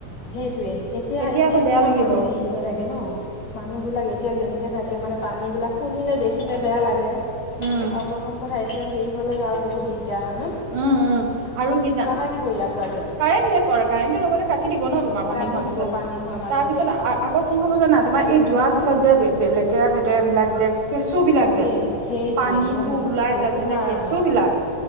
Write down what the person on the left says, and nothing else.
সেইটোয়ে এতিয়া
এতিয়া
কিমান
মানুহ
হেৰি হৈ থাকে ন মানুহবিলাক এ তিয়া যেনেকে থাকে মানে পানীবিলাক শুনিলে দেখিলে বেয়া লাগে আৰু
পথ প্ৰথম কথা এতিয়া হেৰি হ'লেগৈ আৰু বহুত দিগদাৰ হয় ন?
গিব ইয়াৰ ধুৱাতে।
কাটি
দিব
পানী হোৱা মাত্ৰকে
হা
কে
সেইটোৱে
অ
বহুত
মাৰাত্মক